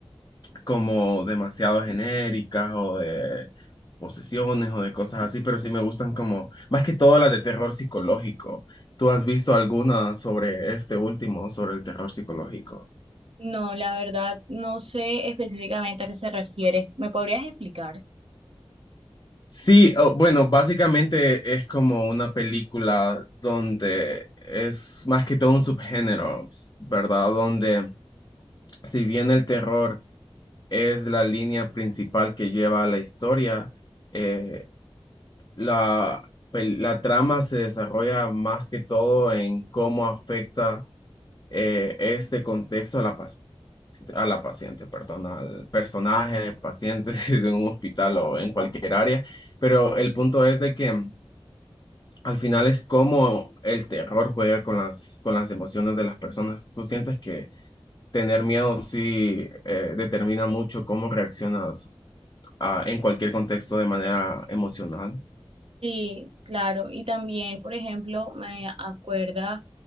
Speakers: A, on the left; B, on the right.
A: como demasiado genéricas o de posesiones o de cosas así, pero sí me gustan como, más que todo las de terror psicológico. ¿Tú has visto alguna sobre este último, sobre el terror psicológico?
B: No, la verdad, no sé específicamente a qué se refiere. ¿Me podrías explicar?
A: Sí, oh, bueno, básicamente es como una película donde es más que todo un subgénero, ¿verdad? Donde si bien el terror... es la línea principal que lleva a la historia. Eh, la, pel- la trama se desarrolla más que todo en cómo afecta eh, este contexto a la, pac- a la paciente, perdón, al personaje, paciente, <laughs> si es en un hospital o en cualquier área. Pero el punto es de que mm, al final es cómo el terror juega con las, con las emociones de las personas. Tú sientes que tener miedo sí eh, determina mucho cómo reaccionas ah, en cualquier contexto de manera emocional.
B: Sí, claro. Y también, por ejemplo, me acuerda